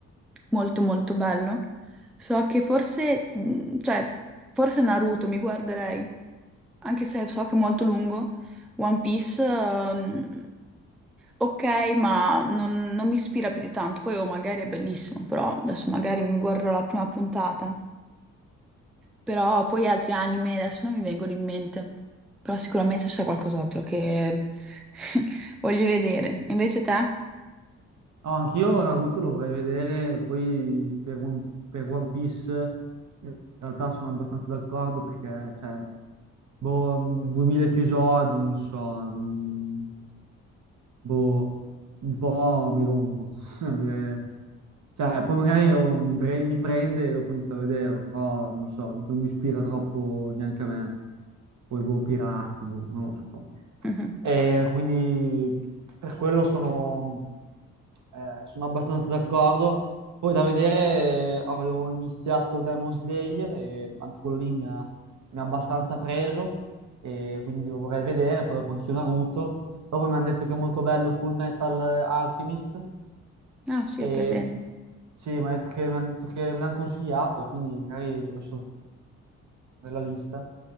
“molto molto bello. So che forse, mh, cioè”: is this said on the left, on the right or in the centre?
Centre